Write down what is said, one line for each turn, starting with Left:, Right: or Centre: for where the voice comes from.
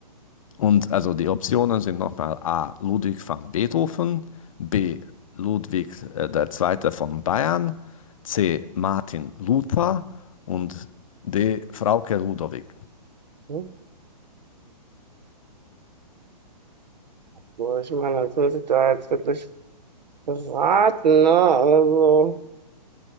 Left: Und also die Optionen sind nochmal A. Ludwig van Beethoven, B. Ludwig äh, der Zweite von Bayern, C. Martin Luther und D. Frauke Ludowig.
Right: Hm? So, ich meine, das muss ich da jetzt wirklich raten, ne? Also,